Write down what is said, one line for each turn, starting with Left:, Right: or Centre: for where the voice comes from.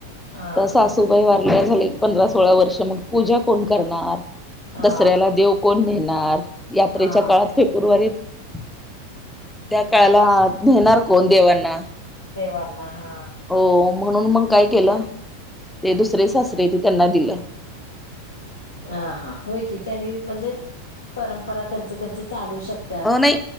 Left: हा
Centre: सासूबाई वारल्या झाल एक पंधरा सोळा वर्ष मग पूजा कोण करणार.
Left: हा
Centre: दसऱ्याला देव कोण न्हेणार यात्रेच्या
Left: हा
Centre: काळात फेपूरवारीत त्या काळाला न्हेणार कोण देवांना.
Left: देवांना हा.
Centre: हो म्हणून मग काय केलं ते दुसरे सासरे आयती त्यांना दिलं.
Left: आ हा होय की त्यांनी म्हणजे परंपरा त्यांच त्यांच चालू शक
Centre: हो नाय